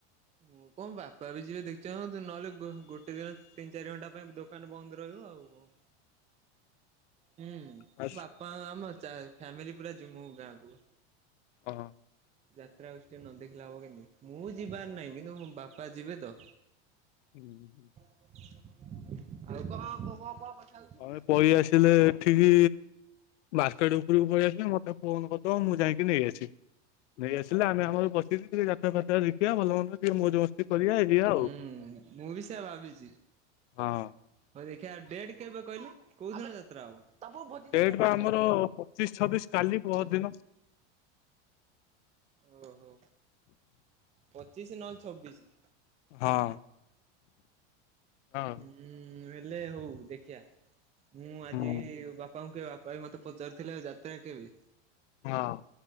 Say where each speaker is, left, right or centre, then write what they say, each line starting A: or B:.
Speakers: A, on the right (about 20°); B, on the left (about 80°).
A: ମୁଁ କଣ ବାପା ବି ଯିବେ ଦେଖିଆ ନହେଲେ ଗୋଟେ ଦିନ ତିନି ଚାରି ଘଣ୍ଟା ପାଇଁ ଦୋକାନ ବନ୍ଦ ରହିବ ଆଉ କଣ। ହୁଁ
B: ବାସ୍
A: ବାପା ଆମ ଚା ଫ୍ୟାମିଲି ପୁରା ଯମୁ ଗାଁକୁୁ
B: ହଁ।
A: ଯାତ୍ରା ଆସ୍ଚି ନ ଦେଖିଲେ ହବ କେମତି ମୁଁ ଯିବାର ନାହିଁ କିନ୍ତୁ ମୋ ବାପା ଯିବେ ତ?
B: ହୁଁ।
A: ଆଉ କଣ କ କହ କଣ କଥା ହଉଛି?
B: ତମେ ପଳେଇ ଆସିଲେ ଏଠିକି ମାର୍କେଟ୍ ଉପରକୁ ପଳେଇ ଆସିଲେ ମତେ ଫୋନ କରିଦବ ମୁଁ ଯାଇକି କି ନେଇ ଆସିବି ନେଇ ଆସିଲେ ଆମେ ଆମର ବସିକି ଟିକେ ଯାତ୍ରା ଫାତ୍ରା ଦେଖିବା ଭଲ ମନ୍ଦ ଟେ ମଜ ମସ୍ତି କରିବା ଏଇ ଯିବା ଆଉ
A: ହୁଁ ମୁଁ ବି ସେୟା ଭାବିଛି
B: ହଁ।
A: ହଉ ଦେଖିବା ଡେଟ୍ କେବେ କହିଲେ କୋଉଦିନ ଯାତ୍ରା ହବ। ତମକୁ ଭୋଜି ଦେଇନାହାନ୍ତି
B: ଡେଟ୍ ବା
A: ଆଉ।
B: ଆମର ପଚିଶ ଛବିଶ କାଲି ପହର୍ ଦିନ।
A: ଓହୋ ପଚିଶ ନହେଲେ ଛବିଶି।
B: ହଁ। ହଁ
A: ହୁଁ ହେଲେ ହଉ ଦେଖିବା ମୁଁ ଆଜି
B: ହୁଁ
A: ବାପା ଙ୍କୁ କେବେ ବାପା ବି ମତେ ପଚାରିଥିଲେ ଆଉ ଯାତ୍ରା କେବେ?
B: ହଁ।